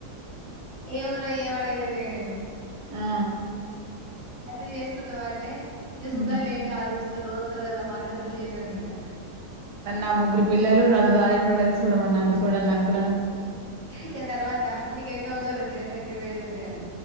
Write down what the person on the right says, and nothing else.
ఆ
ఉమ్
మళ్ళ ముగ్గురు పిల్లలు నన్ను <unintelligible> చూడమని అ చూడండి అంకు